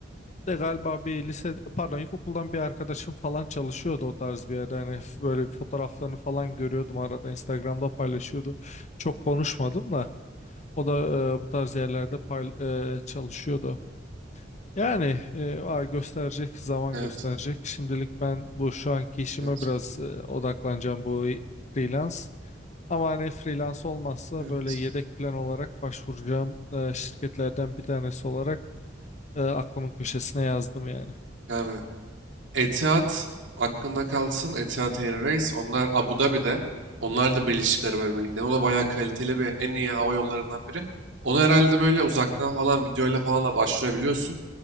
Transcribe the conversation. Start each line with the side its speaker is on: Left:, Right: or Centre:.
Left: de galiba bir lise pardon ilkokuldan bir arkadaşım falan çalışıyordu o tarz bir yerde. Hani f- böyle fotoğraflarını falan görüyordum arada Instagram'da paylaşıyordu. Çok konuşmadım da. O da e, bu tarz yerlerde pay- e, çalışıyordu. Yani e, var gösterecek, zaman
Right: Evet.
Left: gösterecek. Şimdilik ben bu şu anki işime
Right: Evet.
Left: biraz e, odaklanacağım bu freelance. Ama hani freelance olmazsa
Right: Evet.
Left: böyle yedek plan olarak başvuracağım e, şirketlerden bir tanesi olarak e, aklımın köşesine yazdım yani.
Right: Yani Etihad hakkında kalsın. Etihad Airways. Onlar Abu Dhabi'de. Onlar da Birleşik Arap Emirlikleri'nde. O da bayağı kaliteli ve en iyi hava yollarından biri. Onu herhalde böyle uzaktan falan videoyla falan da başvurabiliyorsun.